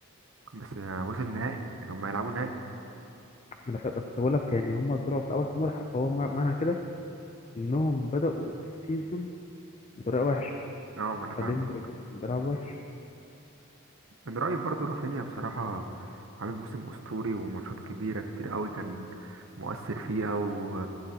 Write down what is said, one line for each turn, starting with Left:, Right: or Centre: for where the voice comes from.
Right: بس يعني وصل النهائي يعني هما هيلعبوا نهائي
Left: أنا فا- بس بقول لك يعني هم طلعوا في الأول بالملحق فهو مع- معنى كده إنهم بدأوا السيزون بطريقة وحشة
Right: اه ما انا فاهمك
Left: فديمبلي برضه كان بيلعب وحش
Right: من رأيي برضو رافينيا بصراحة عامل موسم أسطوري وماتشات كبيرة كتير قوي كان مؤثر فيها و...